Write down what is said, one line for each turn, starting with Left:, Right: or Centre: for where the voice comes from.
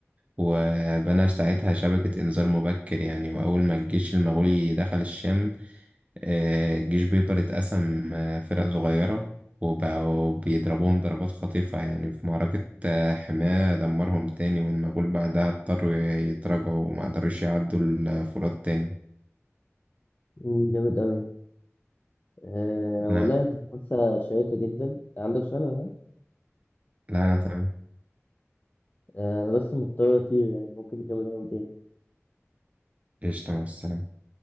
Right: وبنى ساعتها شبكة إنذار مبكر يعني وأول ما الجيش المغولي دخل الشام آه، الجيش بيقدر يتقسم آه، فرق صغيرة وبقوا بيضربوهم ضربات خطيفة يعني في معركة آه، حماة دمرهم تاني والمغول بعدها اضطروا يتراجعوا وما قدروش يعدوا الفرات تاني
Left: مم، جامد قوي آه
Right: لا
Left: والله كنت حاسه شيقه جدا عندك سؤال ولا حاجة؟
Right: لا أنا تمام
Left: آه انا بس مضطر اطير يعني فممكن نكمل يوم تاني
Right: قشطة مع السلامة